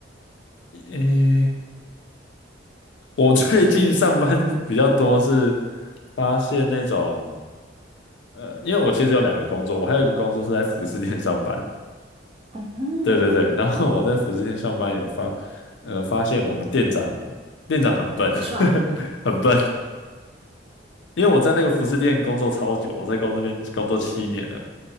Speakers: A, on the left (about 65°); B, on the right (about 30°).
A: 诶，我最近上班比较多是发现那种。呃，因为我其实有两个工作，我还有一个工作是在服饰店上班。
B: 嗯，
A: 对对对，然后我在服饰店上班有发，呃，发现我们店长店长很笨，
B: 很帅，
A: <laughs> 很笨。因为我在那个服饰店工作超久，我在工那边工作七年了。